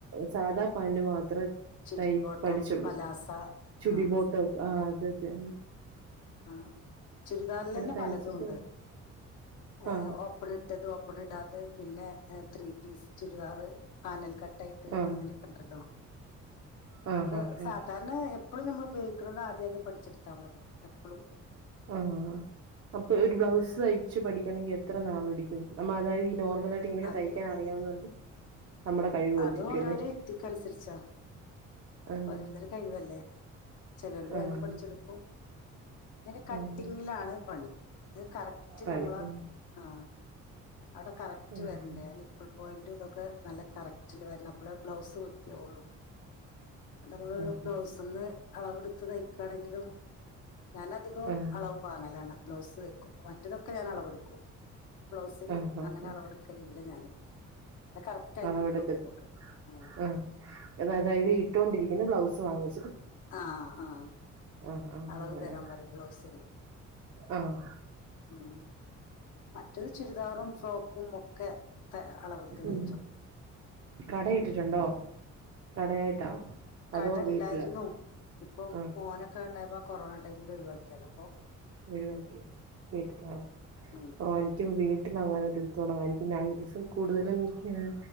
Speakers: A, on the right; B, on the left.
A: സാദാ പാന്റ് മാത്രം അത്ര
B: ചുരി
A: തൈ
B: ബോട്ടം
A: പഠിച്ചുള്ളൂ
B: പലാസ
A: ചുടിമോട്ടക്കെ
B: ആഹ് പല
A: ആ അതക്കെ
B: ആഹ് ചുരിദാറിലെന്നെ
A: തയ്ച്ചിട്ട്
B: പലതൂ ണ്ട്. ഏഹ്
A: ആ
B: ഓപ്പൺ ഇട്ടത്, ഓപ്പൺ ഇടാത്തത് പിന്നെ ത്രീ പീസ് ചുരിദാറ്. പാനൽ കട്ടായിട്ട്
A: ആ
B: അങ്ങനെക്കെ ഇണ്ടല്ലോ.
A: ആഹ്
B: അഒക്കെ
A: ആഹ്
B: സാധാരണ എപ്പളും ഞമ്മള് ഉപയോഗിക്ണത് ആദ്യ ആദ്യം പഠിച്ചെടുത്താ മതി. എപ്പളും
A: ആഹ് അപ്പൊ ഒരു ബ്ലൗസ് തയിച്ച് പഠിക്കണങ്കി എത്ര നാൾ പിടിക്കും. നമ്മ അതായത് ഈ നോർമലായിട്ട് ഇങ്ങനൊക്കെ
B: അത്
A: തയ്ക്കാൻ അറിയാവുന്നവർക്ക് നമ്മുടെ കഴിവ് പോലെ
B: അത്
A: ഇരിക്കും
B: ഓരോരോ
A: അല്ലേ
B: വ്യക്തിക്ക നുസരിച്ചാ.
A: ആഹ്
B: ഓരോരുത്തരെ കഴിവല്ലേ ചെലോല് വേഗം
A: ആഹ്
B: പഠിച്ചെടുക്കും. അയ്ൻ്റെ കട്ടിങ്ങിലാണ്
A: ആഹ്
B: പണി. അത് കറക്റ്റ്
A: പണി
B: ഞമ്മള്
A: ഉം
B: ആഹ് അവിടെ കറക്റ്റ്
A: ആഹ്
B: വര്ണ്ടേ അ നിപ്പ്ൾ പോയിന്റു ഇതൊക്കെ നല്ല കറക് റ്റില് വരണം. അപ്പെളേ ബ്ലൗസ് വൃത്തിയാവൊള്ളു കഅത് നമ്മളൊരു
A: ആഹ്
B: ബ്ലൗസ് ന്ന് അളവ് ട്ത്ത് തയ്ക്കാണെങ്കിലും ഞാൻ അധികവും
A: ആഹ്
B: അളവ് വാങ്ങലാണ് ബ്ലൗസ് തയ്ക്കുമ്പം. മ റ്റതൊക്കെ ഞാൻ അളവ് ട്ക്കും. ബ്ലൗസിന്
A: ആഹ് ആഹ്
B: അങ്ങനെ
A: ആഹ്
B: അളവ് ഇട്ക്കലില്ല ഞാന്. അത് കറക്റ്റ് ആയി
A: അളവടുക്കത്തി
B: കിട്ടും നമുക്ക് ആ
A: ആഹ് എന്നാ അതായത് ഇട്ടൊണ്ടിരിക്കുന്ന ബ്ലൗസ് വാങ്ങി
B: ആഹ് ആഹ്
A: ആഹ് ആഹ്
B: അളവ്
A: അങ്ങനെ
B: തരാൻ പറിം ബ്ലൗസിന്
A: ആഹ്
B: ഉം മറ്റത് ചുരിദാറും ഫ്രോ ക്കും ഒക്കെ തെ അളവ് ട്ത്ത് തയ്ച്ചൊ
A: ഉം കട ഇട്ടിട്ടുണ്ടോ കടയായിട്ടാ?
B: കട
A: അതോ
B: ഇണ്ടായിരുന്നു.
A: വീട്ടിലോ
B: ഇപ്പം
A: ആഹ്
B: മോനൊക്കെ ഇണ്ടായപ്പോ ആ കൊറോണ ടൈമിൽ ഒഴിവാക്കിയതാ അപ്പൊം
A: ഒഴിവാക്കി. വീട്ടിലാണ്.
B: ഉം.
A: ഓഹ് ഇൻക്കും വീട്ടിലങ്ങനൊര് തുടങ്ങ. എനിക്ക് നൈസും കൂടുതലും ഏഹ്